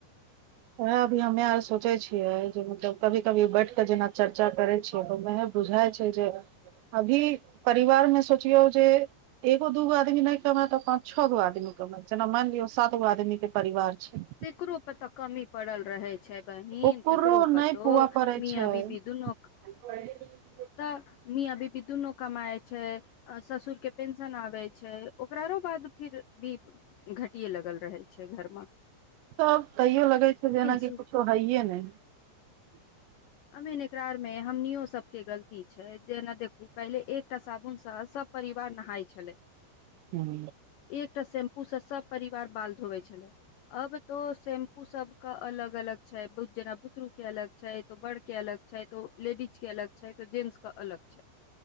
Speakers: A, on the right; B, on the left.
A: वएह अभी हमे आर सोचे छियै जे मतलब कभी कभी बैठ के जेना चर्चा करे छियै त वएह बुझाय छै जे अभी परिवार मे सोचियौ जे एगो दूगो आदमी नए कमाय तऽ पाँच छओ गो आदमी कमेत जेना मान लियौ सातगो आदमी के परिवार छै
B: तेकरो पर तऽ कमी पड़ल रहे छय बहिन
A: ओकरो
B: तेकरो पतोह
A: नहि पुआ पड़ै
B: मिया
A: छै
B: बीबी दूनो
A: <inaudible>
B: तऽ मिया बीबी दुनू कमाय छै आ ससुर के पेंशन आबे छै ओकररो बाद फिर भी घटिये लगल रहै छै घरम
A: तब तैयो लगै छै जेनाकि
B: सु
A: किछो हइए नै है
B: अमेन एकरा आर मे हमनियो सब के गलती छै जेना देखू पहिले एकटा साबुन स सब परिवार नहाय छलै
A: हऽ
B: एकटा शैम्पू स सब परिवार बाल धोवै छलै अब तो शैम्पू सब क अलग अलग छै बूच जेना बुतरू के अलग छै तो बड़ के अलग छै तो लेडीज के अलग छै तो जेन्स क अलग छै